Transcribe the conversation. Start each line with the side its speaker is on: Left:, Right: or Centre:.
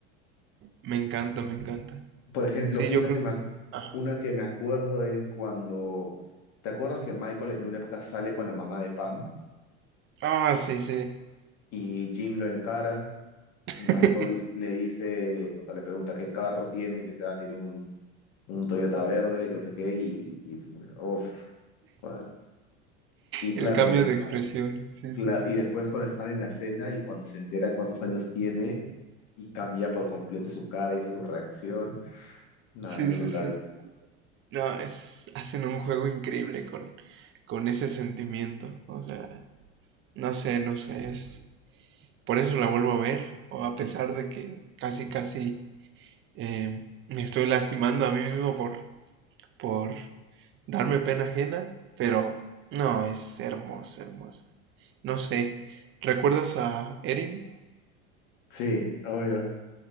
Right: Me encanta, me encanta.
Left: Por ejemplo,
Right: Sí,
Left: una
Right: yo creo
Left: que me,
Right: que...
Left: ac-
Right: Ajá.
Left: una que me acuerdo es cuando, ¿te acuerdas que Michael en una época sale con la mamá de Pam
Right: Ah, sí, sí.
Left: y Jim lo encara
Right: <laughs>
Left: y Michael le dice, o sea, le pregunta qué carro tiene y le dice, "Ah, tiene un un Toyota verde, que no sé qué, y, y se murió. Uf, joder. Y claro,
Right: El cambio
Left: de-
Right: de expresión. Sí,
Left: cla-
Right: sí, sí.
Left: y después cuando están en la cena y cuando se entera cuántos años tiene y cambia por completo su cara y su reacción, nada,
Right: Sí,
Left: es brutal.
Right: sí, sí. No, es, hacen un juego increíble con, con ese sentimiento. O sea, no sé, no sé, es... Por eso la vuelvo a ver, o a pesar de que casi, casi eh, me estoy lastimando a mí mismo por, por darme pena ajena, pero no, es hermosa, hermosa. No sé, ¿recuerdas a Erin?
Left: Sí, obvio.